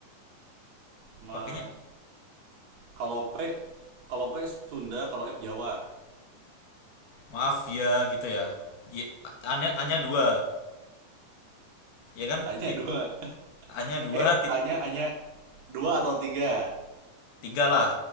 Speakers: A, on the right; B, on the left.
A: ma
B: Pakainya
A: Kalau P, kalau P Sunda, kalau F Jawa.
B: maaf ya gitu ya. Ya, hanya hanya dua, ya kan?
A: Hanya
B: Ya,
A: dua. <laughs>
B: hanya dua
A: Eh,
B: titik
A: hanya hanya dua atau tiga.
B: tiga lah.